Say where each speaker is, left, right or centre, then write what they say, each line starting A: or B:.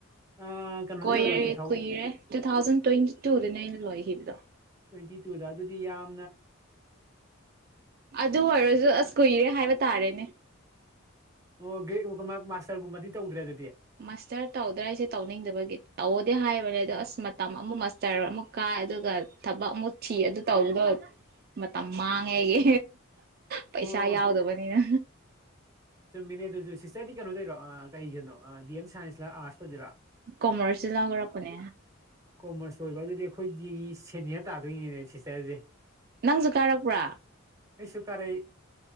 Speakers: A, on the right; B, on the right.
A: ꯑ ꯀꯩꯅꯣꯗ
B: ꯀꯨꯏꯔ
A: ꯂꯣꯏꯔꯣ ꯇꯨ ꯊꯥꯎꯖꯟ
B: ꯀꯨꯏꯔꯦ ꯇꯨ ꯊꯥꯎꯖ ꯇꯋꯦꯟꯇꯤ ꯇꯨ ꯂꯣꯏ ꯍꯤ <inaudible>
A: ꯇ꯭ꯋꯦꯟꯇꯤ ꯇꯨꯗ ꯑꯗꯨꯗꯤ ꯌꯥꯝ
B: ꯑꯗꯨ ꯑꯣꯏꯔꯁꯨ ꯑꯁ ꯀꯨꯏꯔꯦ ꯍꯥꯏꯕ ꯇꯥꯔꯦꯅꯦ
A: ꯑꯣ ꯃꯥ ꯃꯥꯁꯇꯔꯒꯨꯝꯕꯗꯤ ꯇ ꯎꯗ꯭ꯔꯦ ꯑꯗꯨꯗꯤ
B: ꯃꯥꯁꯇꯔ ꯇꯧꯗ꯭ꯔꯥ ꯑꯩꯁꯦ ꯇꯧꯅꯤꯡꯗꯕꯒꯤ ꯇꯧꯗꯤ ꯍꯥꯏꯕꯅꯦ ꯑꯗꯣ ꯑꯁ ꯃꯇꯝ ꯑꯃꯨꯛ ꯃꯥꯁꯇꯔ ꯑꯃꯨꯛ ꯀꯥꯏ ꯑꯗꯨꯒ ꯊꯕꯛ ꯑꯃꯨꯛ ꯊꯤ ꯑꯗꯨ ꯇꯧꯕꯗꯣ ꯃꯇꯝ ꯃꯥꯡꯉꯦꯒꯤ ꯄꯩꯁꯥ
A: ꯑꯣ
B: ꯌꯥꯎꯗꯕꯅꯤꯅ
A: ꯆꯨꯝꯃꯤꯅꯦ ꯑꯗꯨꯁꯨ ꯁꯤꯁꯇꯔꯗꯤ ꯀꯩꯅꯣ ꯇꯧꯔꯣ ꯑ ꯀꯩꯁꯤꯅꯣ ꯗꯤꯑꯦꯝ ꯁꯥꯏꯟꯁꯂ ꯑꯥꯔꯠꯁ ꯑꯣꯏꯤꯔꯥ
B: ꯀꯃꯔꯁ ꯂꯔꯄꯣꯅꯦ
A: ꯀꯣꯃꯔꯁ ꯑꯣꯏꯕ ꯑꯗꯨꯗꯤ ꯑꯩꯈꯣꯏꯒꯤ ꯁꯦꯅꯤꯅ ꯇꯥꯗꯣꯏꯅꯤꯅꯦ ꯁꯤꯁꯇꯔꯁꯦ
B: ꯅꯪꯁꯨ ꯀꯥꯔꯛꯄ꯭ꯔꯥ
A: ꯑꯩꯁꯨ ꯀꯥꯔꯦ